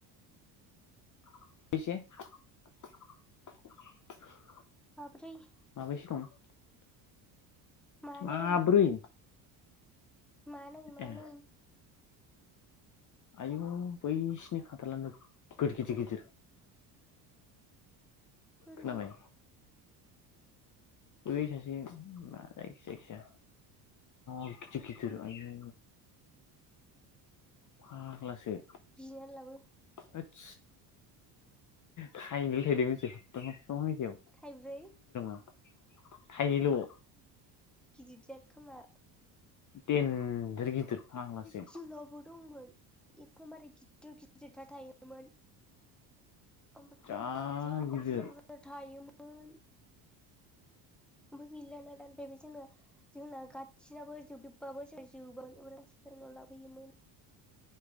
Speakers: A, on the left; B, in the centre.
A: <unintelligible>
B: माब्रै।
A: माबैसे दं
B: मानै
A: माब्रै
B: मानै मानैै।
A: ए आयु बैसिनि खान्थाला नोगोद गिदिर गिदिर।
B: सोरनि?
A: खोनाबाय बै सासे मा जायखि जायखिया एथ' गिदिर गिदिर आयु फाग्लासो।
B: बिनानै लाबो।
A: <unintelligible> थाइनैल' थायदो
B: थाइब्रै
A: <unintelligible> <unintelligible> थाइनैल'।
B: दिदजाद खोमा।
A: देनजार गिदिर फाग्लासो।
B: जोंनावबो दंमोन एखनबारै गिदिर गिदिरथार थायोमोन। ओमफ्राय
A: जा
B: जा
A: गिदिर
B: बुरजा बुरजा थायोमो मोन। ओमफाय गैलाना <unintelligible> जोंना गाथसिनाबो जोबदोबबाबो जों <unintelligible>